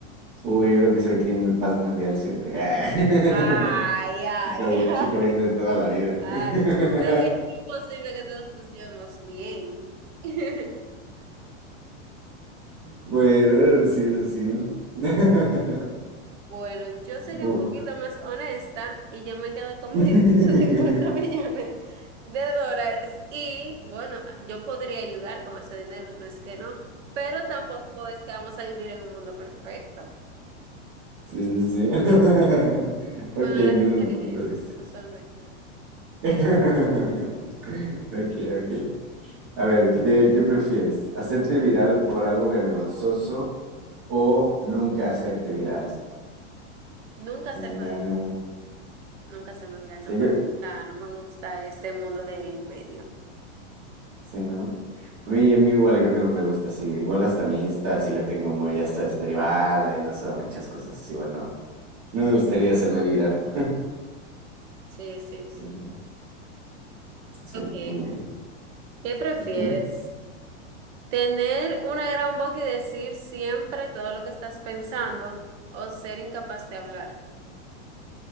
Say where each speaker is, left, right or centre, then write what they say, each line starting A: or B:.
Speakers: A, on the right (about 40°); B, on the right (about 80°).
A: Uy, yo creo que soy Team Paz Mundial siempre. <laughs>
B: Ay, ay,
A: Chico bien,
B: <laughs> ay.
A: chico bien de toda la vida.
B: Ay,
A: <laughs>
B: pero es imposible que todos nos llevemos bien. <laughs>
A: Bueno, sí, eso sí. <laughs>
B: Bueno, yo sería
A: Bu-
B: un poquito más honesta y yo me quedo con
A: <laughs>
B: mis <laughs> 150 millones de dólares y bueno, yo podría ayudar con ese dinero, no es que no, pero tampoco es que vamos a vivir en un mundo perfecto.
A: Sí, sí, sí. <laughs> Ok,
B: Bueno,
A: entiendo
B: la gente elige
A: tu punto
B: esa,
A: de vista.
B: usualmente.
A: <laughs> Ok, ok. A ver, ¿qué, qué prefieres? ¿Hacerte viral por algo vergonzoso o nunca hacerte viral?
B: Nunca hacerme
A: Tarara.
B: viral, nunca hacerme viral,
A: Sí,
B: no me
A: que-
B: gusta, no me gusta ese mundo del medio.
A: sí, ¿no? A mí, a mí igual creo que no me gusta así. Igual hasta mi Insta sí la tengo muy, ya sabes, privada y no sube muchas cosas. sí bueno No me gustaría hacerme viral. <laughs>
B: Sí, sí.
A: Sí, ¿no? Sí,
B: Ok,
A: muy bien.
B: ¿qué prefieres?
A: Ujú.
B: Tener una gran boca y decir siempre todo lo que estás pensando o ser incapaz de hablar.